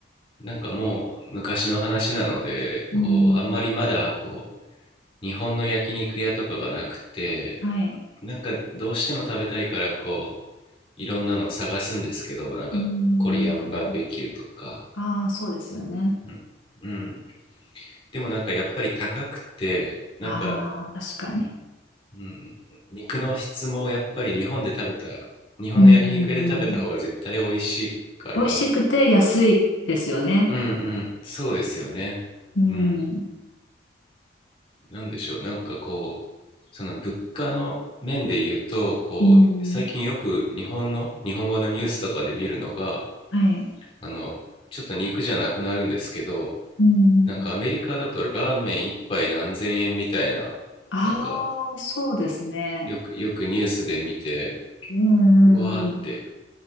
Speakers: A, on the left; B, on the left.
A: なんかもう昔の話なので、
B: うーん、
A: こう、あんまりまだこう、日本の焼肉屋とかがなくて、
B: はい、
A: なんかどうしても食べたいからこう、いろんなのを探すんですけどなんかコリアンバーベキューとか、
B: うーん。ああ、そうですよね。
A: うんうんでもなんかやっぱり高くてなんか、
B: ああ、確かに。
A: うん、肉の質もやっぱり日本で食べた日本の焼肉屋で食べた方が絶対美味しいから
B: うん、うん。美味しくて安いですよね。
A: うんうんそうですよねうん
B: うん、
A: なんでしょうなんかこうその物価の面で言うとこう最近よく日本の日本語のニュースとかで見るのが
B: うん、はい、
A: あのちょっと肉じゃなくなるんですけど
B: うん。
A: なんかアメリカだとラーメン一杯何千円みたいな、
B: ああ、
A: なんか
B: そうですね。
A: よく、よくニュースで見て、
B: うん
A: うわーって。
B: うんうん。